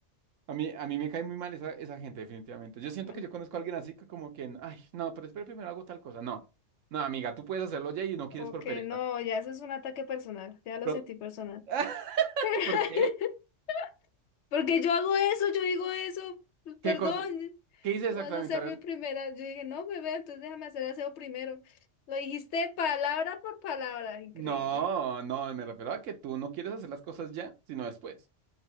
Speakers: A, on the right (about 85°); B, on the left (about 70°).
A: A mí, a mí me cae muy mal esa, esa gente, definitivamente. Yo siento
B: Bueno,
A: que yo conozco a alguien así que como que, ay, no, pero espera, primero hago tal cosa. No, no, amiga, tú puedes hacerlo ya y no quieres
B: ok,
A: por pereza.
B: no, ya eso es un ataque personal, ya lo
A: Pero,
B: sentí personal.
A: <laughs>
B: <laughs>
A: ¿por qué?
B: Porque yo hago eso, yo digo eso, pues, perdón,
A: ¿Qué cosa? ¿Qué hice
B: tú
A: exactamente?
B: vas a ser
A: A ver.
B: mi primera. Yo dije, no, bebé, entonces déjame hacer el aseo primero. Lo dijiste palabra por palabra, increíble.
A: No, no, me refiero a que tú no quieres hacer las cosas ya, sino después.